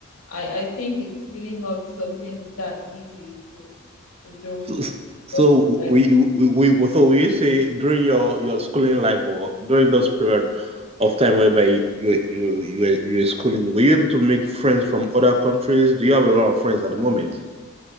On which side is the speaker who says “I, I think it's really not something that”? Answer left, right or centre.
Left